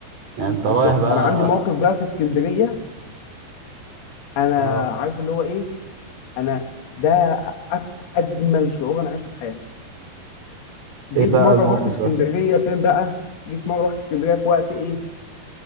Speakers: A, on the right (about 45°); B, on the left (about 55°).
A: يعني انت
B: بالظبط
A: رايح مم. بقى
B: انا عندي موقف بقى في اسكندريه انا
A: اه
B: عارف اللي هو ايه انا ده أك- اجمل شعور انا عشته في حياتي جيت
A: ايه بقى
B: مره
A: الموقف
B: رحت اسكندريه
A: ده
B: فين بقى جيت مره رحت اسكندريه في وقت ايه